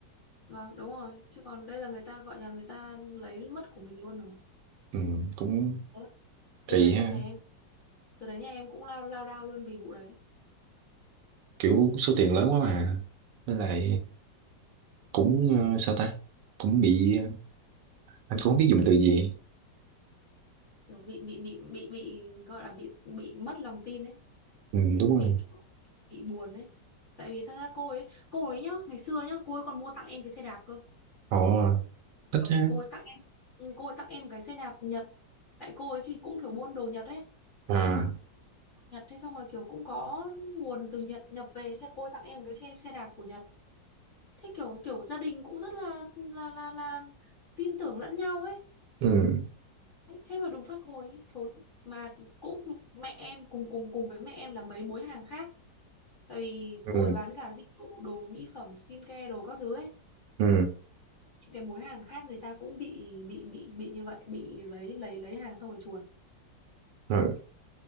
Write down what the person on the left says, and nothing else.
Vâng, đúng rồi. Chứ còn đây là người ta gọi nhà người ta lấy mất của mình luôn rồi.
Đấy. Từ
đấy
là nhà em, từ đấy nhà em cũng lao lao đao luôn vì vụ đấy.
Kiểu bị bị bị bị bị gọi là bị bị mất lòng tin ấy,
bị
bị buồn ấy. Tại vì thật ra cô ấy, cô ấy nhá, ngày xưa nhá, cô ấy còn mua tặng em cái xe đạp cơ.
Kiểu
cô ấy tặng em, ừ, cô ấy tặng em cái xe đạp Nhật. Tại cô ấy thì cũng kiểu buôn đồ Nhật ấy.
Nhật thế xong rồi kiểu cũng có nguồn từ Nhật nhập về thế cô ấy tặng em cái xe xe đạp của Nhật thế kiểu kiểu gia đình cũng rất là là là là tin tưởng lẫn nhau ấy
thế thế mà đùng phát cô ấy trốn mà cũng mẹ em cùng cùng cùng với mẹ em là mấy mối hàng khác tại vì
cô ấy bán cả dịch vụ đồ mỹ phẩm skincare đồ các thứ ấy
những cái mối hàng khác người ta cũng bị bị bị bị như vậy bị lấy lấy lấy hàng xong rồi chuồn